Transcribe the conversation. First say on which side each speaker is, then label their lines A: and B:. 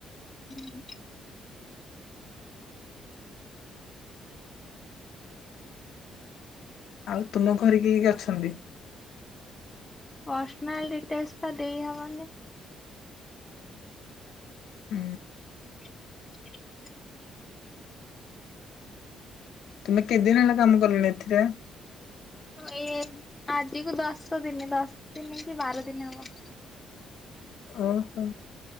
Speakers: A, on the left; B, on the left.
A: ହୁଁ।
B: ଆଉ ତୁମ ଘରେ କି କି ଅଛନ୍ତି?
A: ପର୍ସନାଲ ଡିଟେଲ୍ସ ବା ଦେଇହବନି।
B: ହୁଁ।
A: <inaudible>
B: ତୁମେ କେତେଦିନ ହେଲା କାମ କଲଣି ଏଥିରେ?
A: ଏଇ ଆଜିକୁ ଦଶ ଦିନ ଦଶ ଦିନ କି ବାର ଦିନ ହବ।
B: ଓହୋ